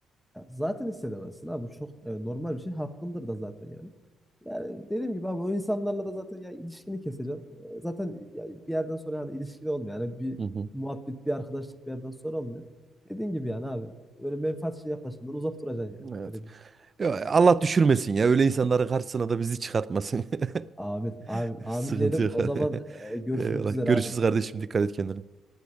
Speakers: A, in the centre; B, on the right (about 35°).
A: Ya zaten hissedemezsin abi. Bu çok e, normal bir şey. Hakkındır da zaten yani. Yani dediğim gibi abi o insanlarla da zaten ya ilişkini keseceğim. Ee, Zaten ya bir yerden sonra yani ilişkili olmuyor. Yani bir
B: Hı hı.
A: muhabbet, bir arkadaşlık bir yerden sonra olmuyor. Dediğim gibi yani abi öyle menfaatçi yaklaşandan uzak duracaksın yani.
B: Evet.
A: Öyle değil.
B: Ya Allah düşürmesin ya öyle insanların karşısına da bizi çıkartmasın.
A: Amin, amin,
B: <laughs>
A: amin
B: Sıkıntı
A: diyelim.
B: yok.
A: O zaman
B: <laughs>
A: e, görüşmek
B: Eyvallah.
A: üzere
B: Görüşürüz
A: abi.
B: kardeşim dikkat et kendine.